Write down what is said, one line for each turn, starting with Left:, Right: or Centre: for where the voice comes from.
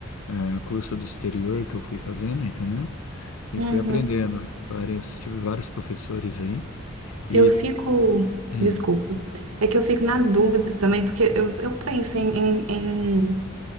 Left: é, curso do exterior que eu fui fazendo, entendeu? E
Right: Uhum.
Left: fui aprendendo, vários, tive vários professores aí, e...
Right: Eu fico,
Left: Hum.
Right: desculpa, é que eu fico na dúvida também, porque eu, eu penso em, em,